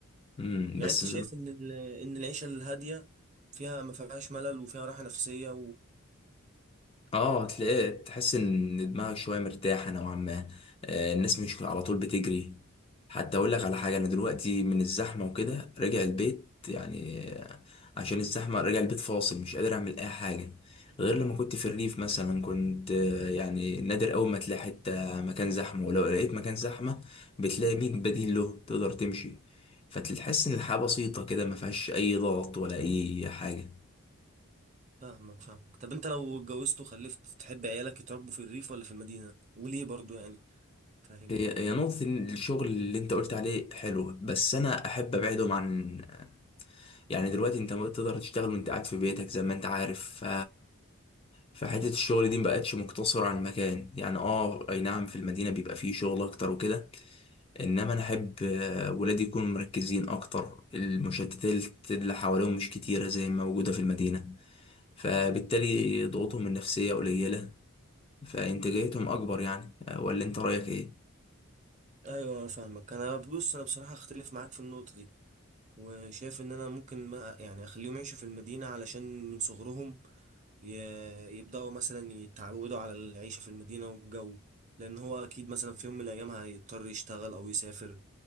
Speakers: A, on the left; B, on the right.
A: امم
B: يعني
A: بس
B: انت شايف ان ال- ان العيشة الهادية فيها ما فيهاش ملل وفيها راحة نفسية
A: اه تلاقي تحس ان دماغك شويه مرتاحه نوعا ما آه، الناس مش على طول بتجري حتى اقول لك على حاجه انا دلوقتي من الزحمه وكده راجع البيت يعني آه، عشان الزحمه راجع البيت فاصل مش قادر اعمل اي حاجه غير لما كنت في الريف مثلا كنت آه، يعني نادر اول ما تلاقي حته مكان زحمه ولو لقيت مكان زحمه بتلاقي مين بديل له تقدر تمشي فتحس ان الحياه بسيطه كده ما فيهاش اي ضغط ولا اي حاجه
B: فاهمك فاهمك طب انت لو اتجوزت وخلفت تحب عيالك يتربوا في الريف ولا في المدينة وليه برضو يعني فاهمني
A: هي هي نقطة إن الشغل اللي انت قلت عليه حلو بس انا احب ابعدهم عن يعني دلوقتي انت ما تقدر تشتغل وانت قاعد في بيتك زي ما انت عارف ف فحتة الشغل دي مبقتش مقتصرة على المكان يعني اه اي نعم في المدينة بيبقى فيه شغل اكتر وكده انما انا احب آه، ولادي يكونوا مركزين اكتر المشتتات اللي حواليهم مش كتيرة زي ما موجودة في المدينة فبالتالي ضغوطهم النفسية قليلة فانتاجيتهم اكبر يعني آه، ولا انت رأيك ايه؟
B: ايوه انا فاهمك انا بص انا بصراحة اختلف معاك في النقطة دي وشايف ان انا ممكن ما يعني اخليهم يعيشوا في المدينة علشان من صغرهم ي... يبدأوا مثلا يتعودوا على العيشة في المدينة والجو لان هو اكيد مثلا في يوم من الايام هيضطر يشتغل او يسافر